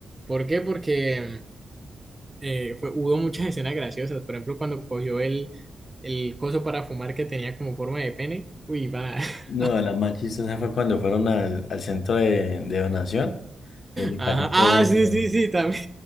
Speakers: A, on the right; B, on the left.
A: ¿Por qué? Porque... eh, fue- hubo muchas <laughs> escenas graciosas. Por ejemplo, cuando cogió el, el coso para fumar que tenía como forma de pene. Uy, va. <laughs>
B: No, la más chistosa fue cuando fueron al, al centro de, de donación y le
A: Ajá.
B: cayó todo
A: Ah,
B: eso encima.
A: sí, sí, sí, también.